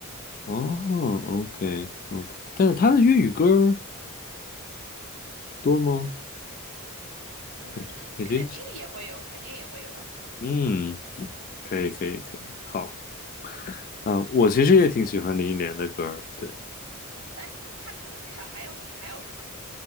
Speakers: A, on the left; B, on the right.
A: 哦，OK OK，但是她的粤语歌儿多吗？
B: 嗯，
A: 感觉感觉，
B: 肯定也会有，肯定也会有啊。
A: 嗯，可以可以可以，好啊，我其实也挺喜欢林忆莲的歌儿的。对
B: 哎，他除了至少还有你，还有什么？